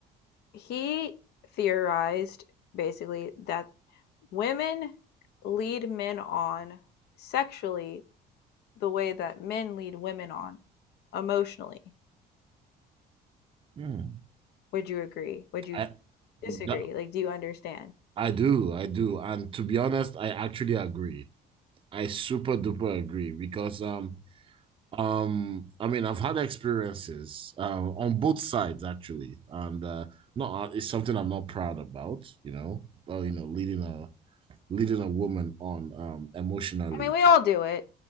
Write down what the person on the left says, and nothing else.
he theorized basically that women lead men on sexually the way that men lead women on emotionally.
Would you agree? Would you
disagree?
Like, do you understand?
I mean, we all do it